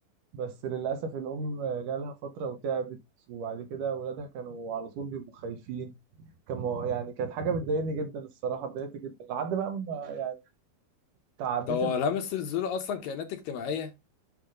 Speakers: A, on the right; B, on the left.
A: بس للاسف الام آه، جالها فتره وتعبت وبعد كده اولادها كانوا على طول بيبقوا خايفين كانوا يعني كانت حاجه بتضايقني جدا الصراحه اتضايقت جدا لحد بقى ما يعني تعديت
B: طب هو
A: الموضوع
B: الهامسترز دول اصلا كائنات اجتماعيه